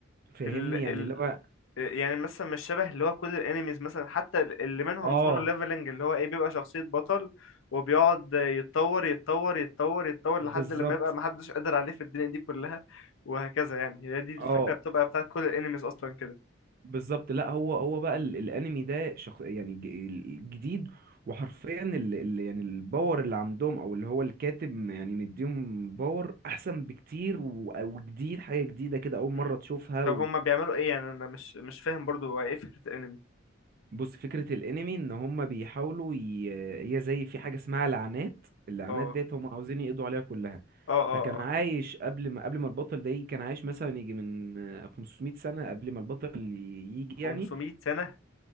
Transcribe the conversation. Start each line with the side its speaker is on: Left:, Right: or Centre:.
Right: فاهمني
Left: ال
Right: يعني
Left: ال
Right: اللي هو
Left: يعني مثلا مش شبه اللي هو كل الانميز مثلا حتى ال- اللي منهم
Right: اه
Left: سولو ليفلنج اللي هو ايه بيبقى شخصية بطل وبيقعد يتطور يتطور يتطور يتطور
Right: بالظبط
Left: لحد لما يبقى محدش قادر عليه في الدنيا دي كلها وهكذا يعني هي دي الفكرة
Right: اه
Left: بتبقى بتاعت كل الانميز اصلا كده
Right: بالظبط لا هو هو بقى ال- الانمي ده شخ... يعني ج- الجديد وحرفيا ال... ال... يعني الباور اللي عندهم او اللي هو الكاتب م- يعني مديهم باور احسن بكتير و... وجديد حاجه جديده كده اول مره
Left: مم.
Right: تشوفها
Left: طب هما بيعملوا ايه يعني انا مش مش فاهم برضو هو ايه فكرة الانمي
Right: وبص فكره الانمي ان هم بيحاولوا ي... هي زي في حاجه اسمها لعنات اللعنات
Left: اه
Right: ديت هم عاوزين يقضوا عليها كلها
Left: اه اه
Right: فكان
Left: اه
Right: عايش قبل ما قبل ما البطل ده يجي كان عايش مثلا يجي من 500 سنه قبل ما البطل يجي
Left: 500
Right: يعني
Left: سنة